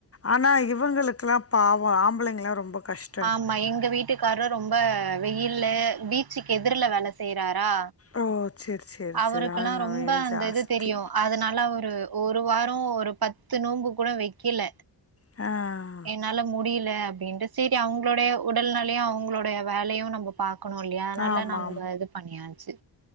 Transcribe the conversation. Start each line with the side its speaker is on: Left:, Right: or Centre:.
Left: ஆனா இவுங்களுக்குல்லா பாவோ ஆம்பளைங்கல்லா ரொம்ப கஷ்
Right: ஆமா எங்க வீட்டுக்காரு ரொம்ப வெயில்ல பீச்சுக்கு எதிர்ல வேல செய்றாரா
Left: ஓ சேரி சேரி
Right: அவருக்குல்லா
Left: சேரி ஆனா இன்னு
Right: ரொம்ப
Left: வெயில்
Right: அந்த
Left: ஜாஸ்தி
Right: இது தெரியு அதனா ல அவரு ஒரு வாரோ ஒரு பத்து நோம்பு கூட வெக்கல
Left: ஆ
Right: என்னால முடில அப்டின்டு செரி அவுங்களுடைய உடல் நெலையு அவுங்களுடைய வேலையு நம்ப பாக்குனு இல்லையா அதனால
Left: ஆமா
Right: நம்ப இது பண்ணியாச்சி